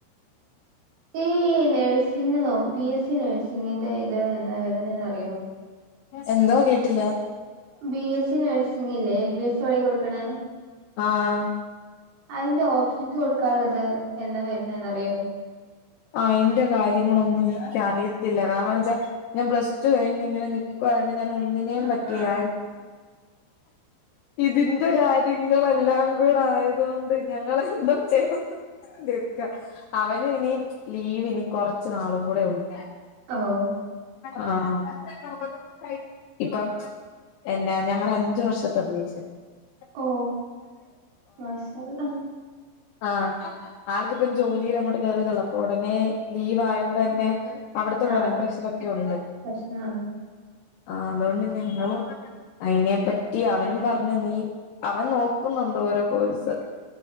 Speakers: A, on the right; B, on the left.
A: ഈ നഴ്സിംഗിനോ പി എസ് സി നഴ്സിങ്ങിന്റെ ഇത് എന്നാ വരുന്നേന്ന് അറിയോ
B: എന്തോ കേട്ടില്ല
A: ബി എസ് സി നഴ്സിംഗില്ലേ എൽ ബി എസ് വഴി കൊടുക്കണേ
B: ആഹ്
A: അതിന്റെ ഓപ്ഷൻസ് കൊടുക്കാനുള്ളത് എന്നാ വരുന്നേന്നറിയോ
B: അയിന്റെ കാര്യങ്ങളൊന്നും ഇൻക്ക് അറിയത്തില്ല കാരണം എന്നച്ചാ ഞാൻ പ്ലസ് ടു കഴിഞ്ഞ് ഇങ്ങനെ നി ക്കായോണ്ട് ഞാൻ ഒന്നിനേ
A: ആഹ്
B: പറ്റിയ ഇതിന്റെ കാര്യങ്ങളെല്ലാം സ്പീഡായത് കൊണ്ട് ഞങ്ങള എന്തോ ചെയ്യാന്ന് തിടുക്കാ അവന് ഇനി ലീവ് ഇനി കൊറച്ച് നാളും കൂടെ ഒള്ളു
A: ആഹ് ഹോ
B: ആഹ് ഹാഇപ്പം എന്നാ ഞങ്ങടെ അഞ്ചു വർഷത്തെ റിലേഷൻ <inaudible>
A: ഓ ഓ മാഷാ അല്ലാഹ്
B: ആഹ് ആൾക്കിപ്പം ജോലിയിൽ അങ്ങോട്ട് കേറിയതെ ഒള്ളൂ അപ്പോ ഉടനെ ലീവ് ആയോണ്ടെന്നേ അവിടത്തെ
A: ആഹ്
B: കൊറെ പ്രഷറോക്കെ ഉണ്ട്
A: പ്രശ്നാ
B: ആഹ് അതുകൊണ്ട് ഞങ്ങളും അയിനെപ്പറ്റി അവനും പറഞ്ഞ് നീ അവൻ നോക്കുന്നുണ്ട് ഓരോ കോഴ്സ്